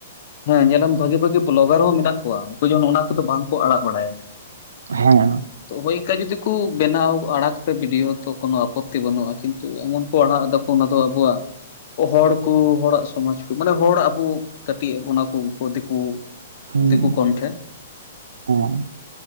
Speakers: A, on the left; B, on the right.
A: ᱦᱮᱸ ᱧᱮᱞᱟᱢ ᱵᱷᱟᱜᱤ ᱵᱷᱟᱜᱤ ᱵᱞᱚᱜᱟᱨ ᱦᱚᱸ ᱢᱮᱱᱟᱜ ᱠᱚᱣᱟ ᱩᱱᱠᱩ ᱡᱮᱢᱚᱱ ᱚᱱᱟ ᱠᱚᱫᱚ ᱵᱟᱝᱠᱚ ᱟᱲᱟᱜ ᱵᱟᱲᱟᱭᱟ
B: ᱦᱮᱸ
A: ᱛᱚ ᱦᱳᱭᱠᱟ ᱡᱩᱫᱤ ᱠᱚ ᱵᱮᱱᱟᱣ ᱟᱲᱟᱜ ᱠᱟᱛᱮ ᱵᱷᱤᱰᱤᱭᱳ ᱛᱚ ᱠᱳᱱᱳ ᱟᱯᱚᱛᱛᱤ ᱵᱟᱹᱱᱩᱜᱼᱟ ᱠᱤᱱᱛᱩ ᱮᱢᱚᱱ ᱠᱚ ᱟᱲᱟᱜ ᱫᱟᱠᱚ ᱚᱱᱟ ᱫᱚ ᱟᱵᱚᱣᱟᱜ ᱦᱚᱲ ᱠᱚ ᱦᱚᱲᱟᱜ ᱥᱚᱢᱟᱡᱽ ᱠᱚ ᱢᱟᱱᱮ ᱦᱚᱲ ᱟᱵᱚ ᱠᱟᱹᱴᱤᱡ ᱮ ᱵᱚᱱᱟ ᱠᱚ ᱩᱱᱠᱩ ᱛᱮᱠᱚ
B: ᱦᱩᱸ
A: ᱫᱤᱠᱩ ᱠᱚᱴᱷᱮᱱ ᱦᱮᱸ
B: ᱦᱮᱸ